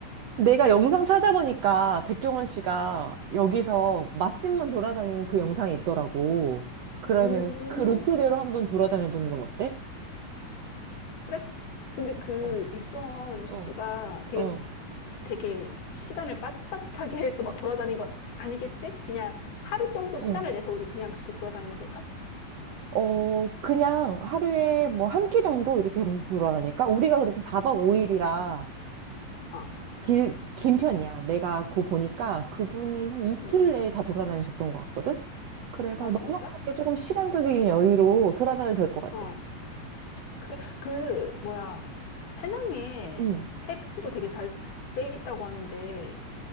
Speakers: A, on the right; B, on the left.
A: 내가 영상 찾아보니까 백종원 씨가 여기서 맛집만 돌아다닌 그 영상이 있더라고. 그러면
B: 음,
A: 그 루트대로 한번 돌아다녀 보는 건 어때?
B: 그래? 근데 그
A: 어,
B: 백종원 씨가
A: 어,
B: 되게
A: 어.
B: 되게 시간을 빠듯빠듯하게 해서 막 돌아다닌 건 아니겠지? 그냥 하루 정도
A: 어.
B: 시간을 내서 우리 그냥 그렇게 돌아다니면 될까?
A: 어, 그냥 하루에 뭐 한 끼 정도 이렇게 돌아다니까? 우리가 그래도 4박 5일이라
B: 어,
A: 길, 긴 편이야. 내가 그 보니까 그분이 한 이틀
B: 음,
A: 내에 다 돌아다니셨던 것 같거든? 그래서
B: 아 진짜?
A: 넉넉하게 조금 시간적인 여유로 돌아다녀도 될 것 같아.
B: 어. 그래, 그, 뭐야, 페낭에
A: 응,
B: 해변도 되게 잘 돼 있다고 하는데,